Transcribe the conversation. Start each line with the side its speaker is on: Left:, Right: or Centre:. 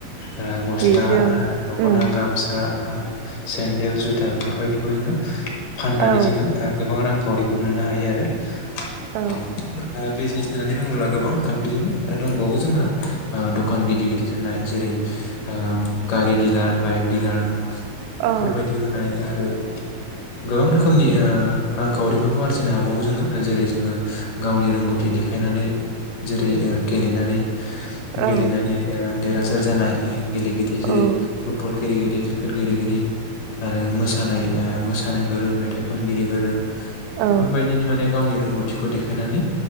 Left: औ गस्ला
Right: जि जोम
Left: ओ दख'ना
Right: उम
Left: गामसा ओ सेन्देल जुथा बेफोरबायदिखौ जोङो। फाननानै
Right: औ
Left: जोङो गोबां रांखावरिफोर मोननो हायो आरो
Right: औ
Left: ओ बिजनेस होननानै बुङोब्ला गोबां बिदिनो दंबावो जोंहा ओ दखान गिदिर गिदिर होनाय जेरै ओ गारि दिलार बाइक डिलार
Right: औ
Left: बेफोरबायदि होनाय। आरो गोबां रोखोमनि ओ रांखावरिफोरखौ आरजिनो हाबावो जोङो जेरै जोङो गावनि रोंगौथि। देखायनानै जेरै ओ गेलेनानै।
Right: औ
Left: गेलेनानै ओ देरहासार जानाय गेलेगिरि जेरै
Right: औ
Left: फुटबल। गेलेगिरि क्रिकेट गेलेगिरि आरो मोसानाय मोसानो गोरों मेथाइ खनगिरि गोरों।
Right: औ
Left: बेफोरबायदिनि माने। गावनि रोंगौथिखौ देखायनानै